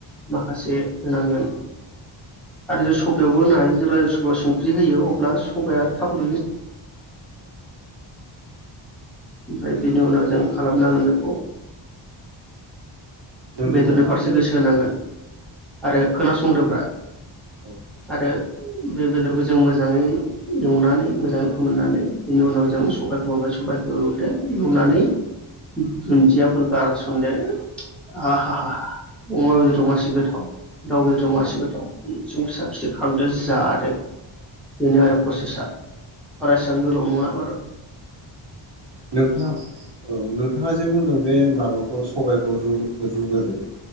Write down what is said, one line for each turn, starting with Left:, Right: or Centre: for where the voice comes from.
Centre: माखासे होनांगोन। आरो सबायाव होनो हायो जेब्ला सबा संख्रि होयो अब्ला सबाया थाब ओमफ्राय बेनि उनाव जों खालामनांगोन बेखौ
Right: नोंथाङा
Centre: बेदरनि फारसे
Right: जे औ
Centre: गोसो होनांगोन आरो खोना बुंग्रोब्रा
Right: औ
Centre: आरो बे बेदरखौ जों मोजांङै एवनानै मोजांङै फोमोननानै बेनि उनाव जों सबाय <unintelligible> सबायखौ हरदो हरनानैनानै दुन्दियाफोर गारसनदो आहा हाहा हा अमा बेदरा मासे गोथाव दाउ बेदरा मा एसे गोथाव संख्रि साखिदो ओमफ्राय जादो। बेनो आरो प्रसेसा बारा एसेबां गोलाव नङा बारु
Right: नोंथाङा औ नोंथाङा जे बुंदों बे माबा खौ सबायखौ रु-रुगोरो ।